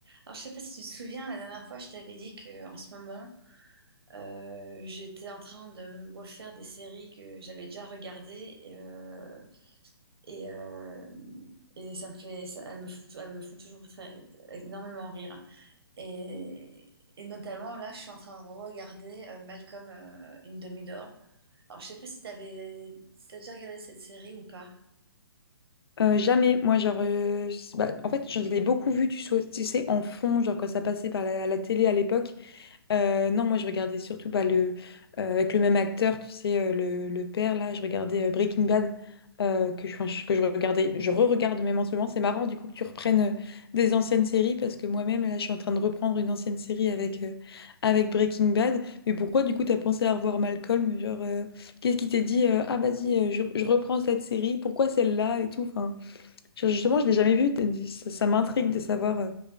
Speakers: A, on the right (about 70°); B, on the left (about 70°).
A: Alors, je sais pas si tu te souviens, la dernière fois, je t'avais dit que en ce moment, euh, j'étais en train de me refaire des séries que j'avais déjà regardées et, euh, et, euh, et ça me fait, ça- elles me font, tou- elles me font toujours très- énormément rire. Et, et notamment, là, je suis en train de regarder euh, Malcolm euh, in the Middle. Alors, je sais pas si t'avais, si t'as déjà regardé cette série ou pas.
B: Euh, jamais, moi, genre, euh, s- bah, en fait, je l'ai beaucoup vu, tu sais, tu sais, en fond, genre quand ça passait par la, la télé à l'époque. Euh, non, moi, je regardais surtout bah, le, euh, avec le même acteur, tu sais, euh, le, le père, là, je regardais euh, Breaking Bad, euh, que je, enfin, que je regardais, je re-regarde même en ce moment. C'est marrant, du coup, que tu reprennes euh, des anciennes séries, parce que moi-même, là, je suis en train de reprendre une ancienne série avec, euh, avec Breaking Bad. Mais pourquoi, du coup, t'as pensé à revoir Malcolm? Genre, euh, qu'est-ce qui t'a dit, euh, ah, vas-y, euh, je, je reprends cette série, pourquoi celle-là et tout, enfin. Je- Justement, je l'ai jamais vu. t'as dit- Ça, ça m'intrigue de savoir euh,